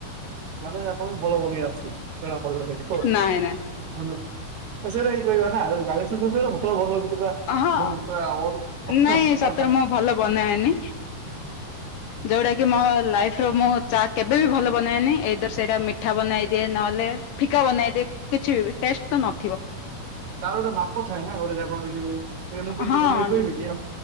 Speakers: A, on the right; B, on the left.
A: ମାନେ ଆପଣ ଭଲ ବନେଇ ଆସଚି ଜଣାପଡିଲା ସେଠୁ।
B: ନାଇଁ ନାଇଁ
A: ଆମର ତ ସେଇଟା ହିଁ କହିବା ନା। ଯଦି ଗାଳି ଶୁଣିବାକୁ ହେଲେ ଭଲ ବନେଇବ।
B: ହଁ
A: ଯିବା <unintelligible>
B: ନାଇଁ ସତରେ ମୁଁ ଭଲ ବନାଏନି ଯୋଉଟା କି ମୋ ଲାଇଫ୍ ର ମୁଁ ଚା କେବେ ବି ଭଲ ବନାଏନି ଏଇଦର ସେଇଟା ମିଠା ବନାଇ ଦିଏ। ନ କଲେ ଫିକା ବନେଇଦେ କିଛି ବି ଟେଷ୍ଟ ତ ନଥିବ।
A: ତାର ଗୋଟେ ମାପ ଥାଏ ନା। <unintelligible> <unintelligible>
B: ହଁ
A: ବନେଇ ପିଇବି